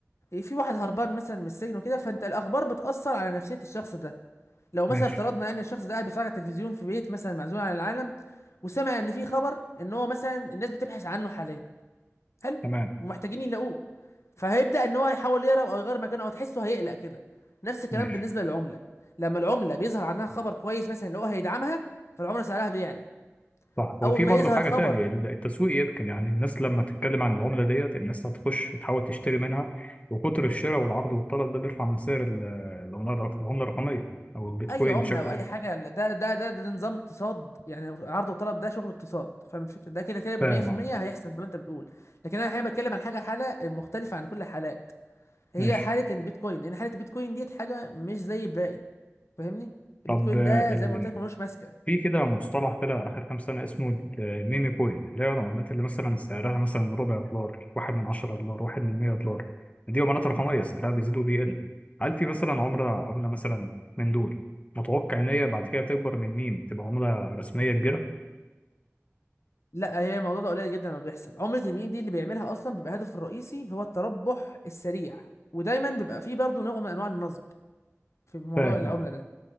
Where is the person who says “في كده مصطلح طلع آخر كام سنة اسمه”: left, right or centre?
Left